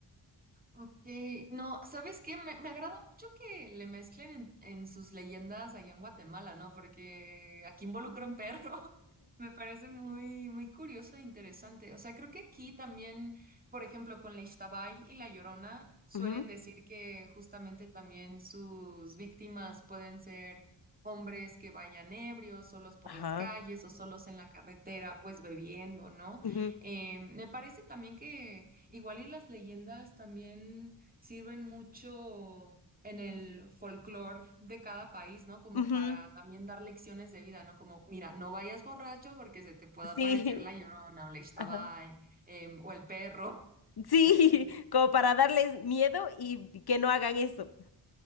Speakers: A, on the right; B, on the left.
A: Ok, no, ¿sabes qué? Me, me agrada mucho que le mezclen en, en sus leyendas allá en Guatemala, ¿no? Porque aquí involucra un perro. <laughs> Me parece muy, muy curioso e interesante. O sea, creo que aquí también, por ejemplo, con la Ixtabay y la Llorona, suelen
B: Ujú,
A: decir que justamente también sus víctimas pueden ser hombres que vayan ebrios, solos por
B: Ajá.
A: las calles o solos en la carretera, pues bebiendo, ¿no?
B: ujú,
A: Eh, me parece también que Igual y las leyendas también sirven mucho en el folclore de cada país, ¿no? Como
B: ujú,
A: para también dar lecciones de vida, ¿no? Como, mira, no vayas borracho porque se te puede
B: Sí.
A: aparecer la Llorona o la Ixtabay,
B: <laughs> Ajá.
A: em, o el perro.
B: Sí,
A: em.
B: <laughs> como para darles miedo y que no hagan eso.